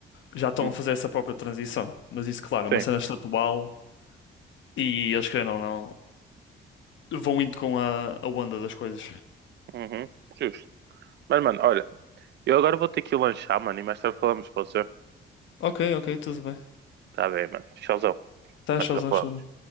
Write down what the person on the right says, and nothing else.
hum,
sim,
uhum, justo. Mas, mano, olha, eu agora vou ter que ir lanchar, mano, e mais tarde falamos, pode ser?
Tá bem, mano, tchauzão,
mais
tarde falamos.